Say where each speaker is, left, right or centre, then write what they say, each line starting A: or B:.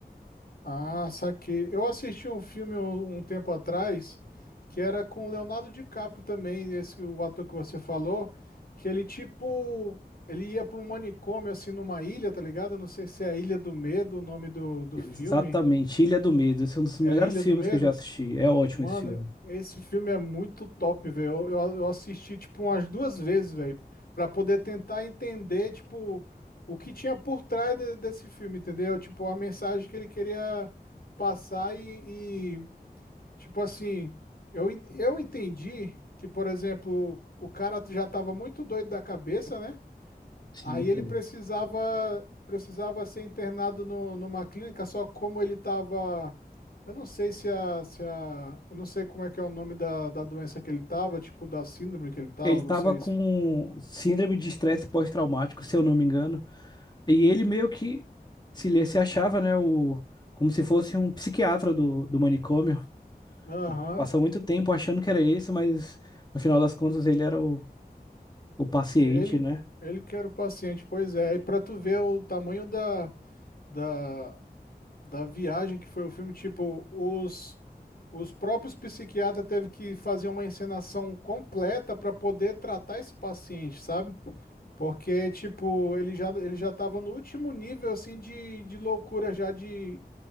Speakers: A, on the left (about 65°); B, on the left (about 25°).
A: Ah, saquei. Eu assisti um filme um, um tempo atrás que era com o Leonardo DiCaprio também, esse o ator que você falou, que ele tipo, ele ia para um manicômio assim numa ilha, tá ligado? Eu não sei se é a Ilha do Medo, o nome do, do
B: Exatamente,
A: filme.
B: Ilha do Medo. Esse é um dos melhores
A: É Ilha
B: filmes
A: do Medo?
B: que eu já assisti. É ótimo
A: Mano,
B: esse filme.
A: esse filme é muito top, velho. Eu, eu, eu assisti, tipo, umas duas vezes, velho, pra poder tentar entender, tipo, o que tinha por trás de- desse filme, entendeu? Tipo, a mensagem que ele queria passar e, e, tipo assim, eu, en- eu entendi que, por exemplo, o cara já tava muito doido da cabeça, né?
B: Sim,
A: Aí
B: sim.
A: ele precisava precisava ser internado no- numa clínica, só como ele estava. Eu não sei se a, se a. Eu não sei como é que é o nome da, da doença que ele estava, tipo da síndrome que ele estava,
B: Ele tava
A: não sei
B: com
A: se.
B: síndrome de estresse pós-traumático, se eu não me engano. E ele meio que se, ele se achava, né, o, como se fosse um psiquiatra do, do manicômio.
A: Aham.
B: Ele passou muito tempo achando que era esse, mas no final das contas ele era o, o paciente,
A: Ele,
B: né?
A: ele que era o paciente, pois é. E para tu ver o tamanho da, da, da viagem que foi o filme, tipo, os, os próprios psiquiatras teve que fazer uma encenação completa para poder tratar esse paciente, sabe? Porque, tipo, ele já, ele já tava no último nível, assim, de, de loucura já de,